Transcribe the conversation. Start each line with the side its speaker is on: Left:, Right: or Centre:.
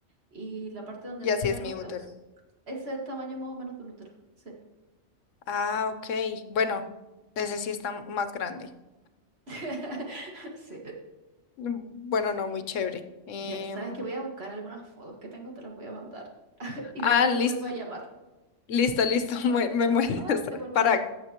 Right: y la parte donde
Left: Y
Right: no
Left: así
Right: se ven
Left: es mi
Right: los
Left: útero.
Right: dedos, ese es el tamaño más o menos de un útero. Sí.
Left: Ah, ok. Bueno, ese sí está más grande.
Right: <laughs> Sí.
Left: Mm, Bueno, no, muy chévere. Em,
Right: Mira, sabes que voy a buscar algunas fotos que tengo, te las voy a mandar y
Left: ah,
Right: después
Left: listo,
Right: te vuelvo a llamar.
Left: listo, listo. <laughs>
Right: Cuando
Left: Me,
Right: estés
Left: me
Right: traumada,
Left: muestras.
Right: te vuelvo
Left: Para.
Right: a llamar.